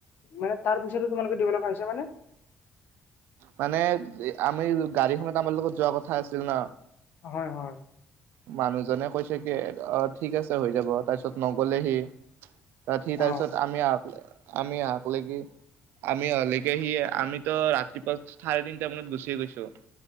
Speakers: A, on the left; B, on the right.
A: মানে তাৰ পইচাটো তোমালোকে দিব লগা হৈছে মানে?
B: মানে আমি গাড়ীখনত আমাৰ লগত যোৱা কথা আছিল ন!
A: হয়, হয়।
B: মানুহজনে কৈছে কি অ', ঠিক আছে হৈ যাব তাৰপিছত নগ'লে সি। তাত সি
A: অ
B: তাৰপিছত আমি আহক আমি আহক লেকি আমি অহালেকে সি আমিতো ৰাতিপুৱা চাৰে তিনটা মানত গুচিয়ে গৈছোঁ।